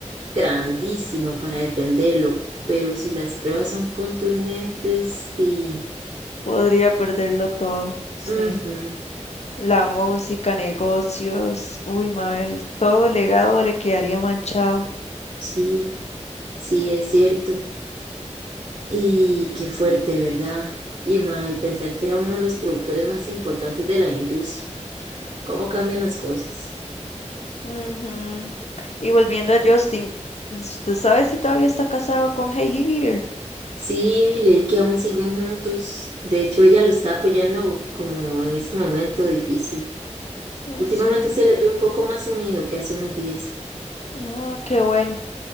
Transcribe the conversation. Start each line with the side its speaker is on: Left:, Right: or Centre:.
Right: grandísimo para defenderlo, pero si las pruebas son contundentes, sí.
Left: Podría perderlo todo, sí.
Right: Ujú,
Left: La música, negocios, uy, mal, todo legado le quedaría manchado.
Right: sí, sí, es cierto. Y qué fuerte, ¿verdad? Y, ma, y pensar que era uno de los productores más importantes de la industria. ¿Cómo cambian las cosas?
Left: Ujú. Y volviendo a Justin, ¿usted sabe si todavía está casado con Hailey Bieber?
Right: Sí, leí que aún siguen juntos. De hecho, ella lo está apoyando como en ese momento difícil.
Left: Ah,
Right: Últimamente
Left: sí.
Right: se les ve un poco más unido que hace unos días.
Left: Ah, qué bueno.